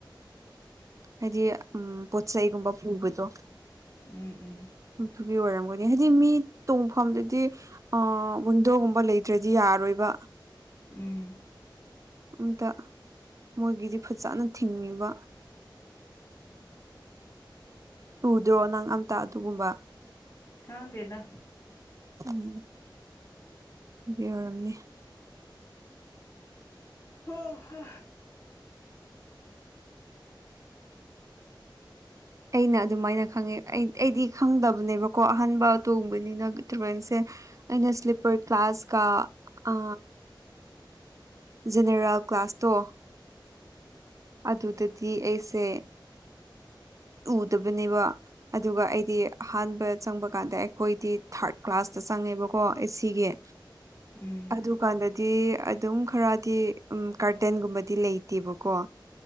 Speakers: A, on the right; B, on the left.
A: ꯍꯥꯏꯗꯤ ꯎꯝ ꯄꯣꯠꯆꯩꯒꯨꯝꯕ ꯄꯨꯕꯗꯣ
B: ꯎꯝ ꯎꯝ
A: ꯑꯗꯨꯒꯤ ꯑꯣꯏꯔꯝꯒꯅꯤ ꯍꯥꯏꯗꯤ ꯃꯤ ꯇꯣꯡꯐꯝꯗꯗꯤ ꯑ ꯋꯤꯟꯗꯣꯒꯨꯝꯕ ꯂꯩꯇ꯭ꯔꯗꯤ ꯌꯥꯔꯣꯏꯕ
B: ꯎꯝ
A: ꯑꯝꯇ ꯃꯣꯏꯒꯤꯗꯤ ꯐꯖꯅ ꯊꯤꯡꯉꯦꯕ ꯎꯗ꯭ꯔꯣ ꯅꯪ ꯑꯝꯇ ꯑꯗꯨꯒꯨꯝꯕ
B: ꯈꯪꯗꯦꯗ
A: ꯎꯝ ꯒꯤ ꯑꯣꯏꯔꯝꯅꯤ
B: ꯍꯥ ꯍ
A: ꯑꯩꯅ ꯑꯗꯨꯃꯥꯏꯅ ꯈꯪꯉꯦ ꯑꯩ ꯑꯩꯗꯤ ꯈꯪꯗꯕꯅꯦꯕꯀꯣ ꯑꯍꯥꯟꯕ ꯇꯣꯡꯕꯅꯤꯅ ꯇ꯭ꯔꯦꯟꯁꯦ꯫ ꯑꯩꯅ ꯁ꯭ꯂꯤꯞꯄꯔ ꯀ꯭ꯂꯥꯁ ꯀ ꯑ ꯖꯦꯅꯦꯔꯦꯜ ꯀ꯭ꯂꯥꯁꯇꯣ꯫ ꯑꯗꯨꯗꯗꯤ ꯑꯩꯁꯦ ꯎꯗꯕꯅꯦꯕ꯫ ꯑꯗꯨꯒ ꯑꯩꯗꯤ ꯑꯍꯥꯟꯕ ꯆꯪꯕ ꯀꯥꯟꯗ ꯑꯩꯈꯣꯏꯗꯤ ꯊꯥꯔꯠ ꯀ꯭ꯂꯥꯁꯇ ꯆꯪꯉꯦꯕꯀꯣ ꯑꯦ ꯁꯤꯒꯤ꯫ <inaudible>
B: ꯎꯝ꯫
A: ꯑꯗꯨꯀꯥꯟꯗꯗꯤ ꯑꯗꯨꯝ ꯈꯔꯗꯤ ꯎꯝ ꯀꯥꯔꯇꯦꯟꯒꯨꯝꯕꯗꯤ ꯂꯩꯇꯦꯕꯀꯣ꯫